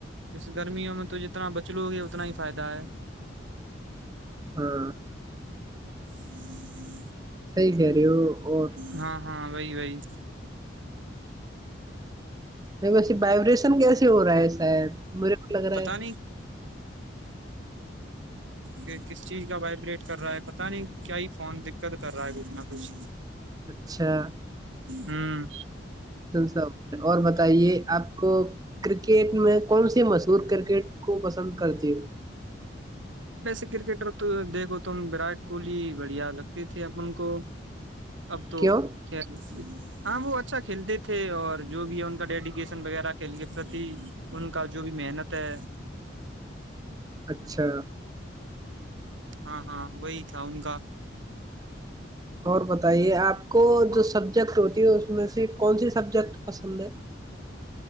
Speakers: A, on the right; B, on the right.
A: اس گرمیوں میں تو جتنا بچ لو گے اتنا ہی فائدہ ہے
B: ہاں
A: <inaudible>
B: صحی کر ہو اور
A: ہاں ہاں وہی وہی
B: ویسے وائبریشن کیسے ہو رہا ہے شاید مجھے کو لگ رہا
A: پتا
B: ہے
A: کہ کس چیز کا وائبریٹ کر رہا ہے پتا نہیں کیا ہی فون دقت کر رہا ہے کچھ نہ کچھ
B: اچھا
A: ہوں
B: ساب اور بتائیے آپ کو کرکٹ میں کون سا مشہور کرکٹ خو پسند کرتی ہ
A: ویسے کرکٹر تو دیکھو تم وراٹ کوہلی بڑھیا لگتی تے اپن کو اب تو
B: کیوں
A: خ ہاں وہ اچھا کھیلتے تھے اور جو بھی ہے ان کا ڈیڈیکیشن وغیرہ کھیل کے پرتی ان کا جو بھی محنت ہے
B: اچھا
A: ہاں ہاں وہی تھا ان کا
B: اور بتائیے آپ کو جو سبجیکٹ ہوتی ہے اس میں کون سے سبجیکٹ پسند ہے